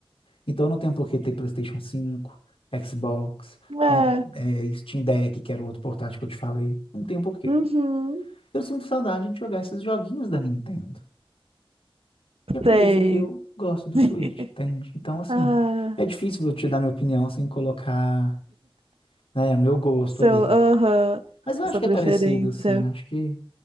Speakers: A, on the left; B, on the right.
A: Então não tem por que ter PlayStation 5, Xbox,
B: Uhum. É.
A: Nin- eh, Steam Deck, que era o outro portátil que eu te falei. Não tem por quê.
B: Uhum.
A: Eu sinto saudade de jogar esses joguinhos da Nintendo. E é por
B: Sei.
A: isso que eu gosto do
B: <laughs>
A: Switch, entende? Então, assim,
B: Ah,
A: é difícil eu te dar minha opinião sem colocar, né, meu gosto
B: seu,
A: ali.
B: aham,
A: Mas eu acho
B: sua
A: que
B: preferência.
A: é parecido, assim. Acho que,